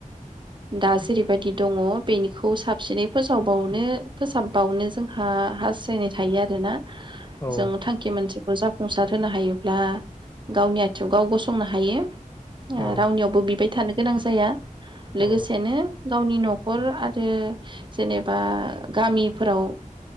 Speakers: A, on the right (about 35°); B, on the left (about 25°).
A: दा जेरैबायदि दङ बेनिखौ साबसिनै फोसावबावनो फोसाबबावनो जोंहा हास्थायनाय थायो आरोना
B: औ
A: जों थांखि मोनसे जाफुंसार होनो हायोब्ला गावनि आथिंआव गाव गसंनो हायो
B: औ
A: आरावनियावबो बिबाय थानो गोनां जाया लोगोसेनो
B: औ
A: गावनि न'खर आरो जेनेबा गामिफोराव